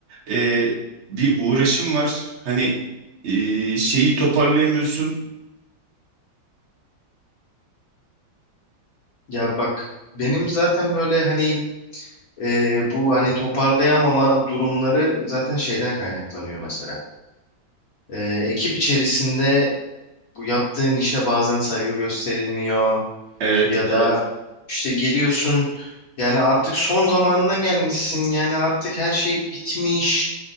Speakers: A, on the right (about 45°); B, on the left (about 55°).
A: e, bir uğraşım var. Hani e, şeyi toparlayamıyorsun.
B: Ya bak benim zaten böyle hani e, bu hani toparlayamama durumları zaten şeyden kaynaklanıyor mesela. E, ekip içerisinde bu yaptığın işe bazen saygı gösterilmiyor.
A: Evet,
B: Ya
A: evet,
B: da işte geliyorsun yani artık son zamanına gelmişsin yani artık her şey bitmiş.